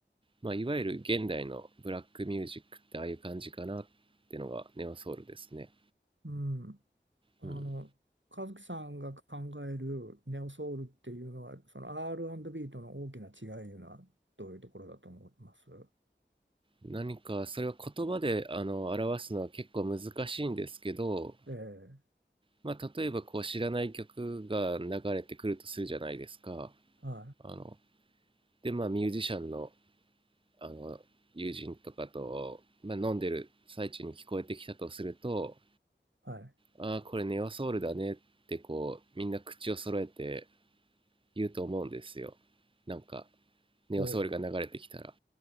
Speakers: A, on the right (about 30°); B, on the right (about 80°).
A: まあ、いわゆる現代のブラックミュージックってああいう感じかなってのがネオソウルですね、
B: うん、あの、
A: うん、
B: 和樹さんが考えるネオソウルっていうのは、その R&B との大きな違いいうのはどういうところだと思います
A: 何かそれは言葉であの表すのは結構難しいんですけど、
B: ええ、
A: まあ、例えばこう知らない曲が流れてくるとするじゃないですか
B: は
A: あのでまあミュージシャンのあの友人とかと、まあ、飲んでる最中に聞こえてきたとすると
B: い、はい。
A: 「ああこれネオソウルだね」ってこうみんな口を揃えて言うと思うんですよなんかネオソウルが流れてきたら、
B: ほ